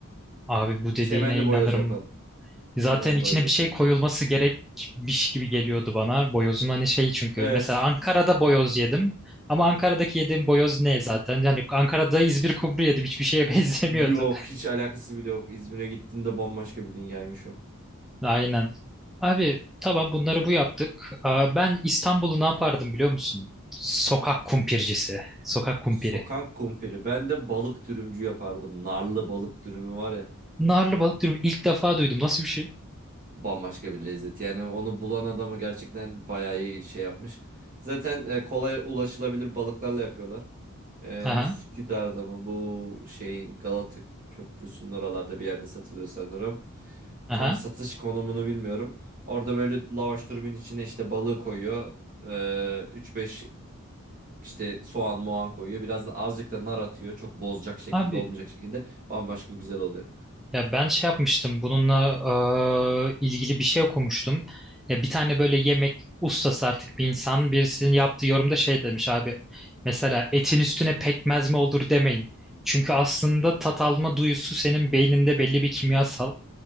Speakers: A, in the centre; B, on the right.
A: Abi bu dediğine
B: Çemenli boyoz
A: inanırım.
B: yaparım.
A: Zaten
B: Çemenli
A: içine
B: boyoz yapacağım.
A: bir şey koyulması gerekmiş gibi geliyordu bana. Boyozun hani şey çünkü.
B: Evet.
A: Mesela Ankara'da boyoz yedim. Ama Ankara'daki yediğim boyoz ne
B: Hmm.
A: zaten? Yani Ankara'da İzmir kumru yedim. Hiçbir şeye <laughs> benzemiyordu.
B: Yok hiç alakası bile yok. İzmir'e gittiğimde bambaşka bir dünyaymış o.
A: Aynen. Abi tamam bunları bu yaptık. Aa, Ben İstanbul'u ne yapardım biliyor musun? Sokak kumpircisi. Sokak kumpiri.
B: Sokak kumpiri. Ben de balık dürümcü yapardım. Narlı balık dürümü var ya.
A: Narlı balık dürüm ilk defa duydum. Nasıl bir şey?
B: Bambaşka bir lezzet. Yani onu bulan adama gerçekten bayağı iyi şey yapmış. Zaten e, kolay ulaşılabilir balıklarla yapıyorlar. E,
A: Aha.
B: Üsküdar'da mı bu şeyin Galata Köprüsü'nün oralarda bir yerde satılıyor sanırım.
A: Aha.
B: Tam satış konumunu bilmiyorum. Orada böyle lavaş durumun içine işte balığı koyuyor. Ee, 3-5 işte soğan moğan koyuyor. Biraz da azıcık da nar atıyor. Çok bozacak şekilde
A: Abi
B: olmayacak şekilde. Bambaşka güzel oluyor.
A: ya ben şey yapmıştım bununla eee, ilgili bir şey okumuştum. Ya bir tane böyle yemek ustası artık bir insan birisinin yaptığı yorumda şey demiş abi. Mesela etin üstüne pekmez mi olur demeyin. Çünkü aslında tat alma duyusu senin beyninde belli bir kimyasal